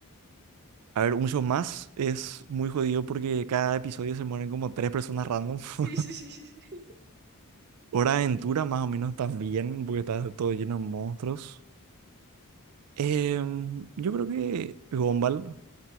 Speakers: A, on the right; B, on the right.
A: a ver, un show más es muy jodido porque cada episodio se mueren como tres personas random. <laughs>
B: Sí, sí, sí, sí, sí. <laughs>
A: Hora de Aventura más o menos también, porque está todo lleno de monstruos. Em, yo creo que Gumball,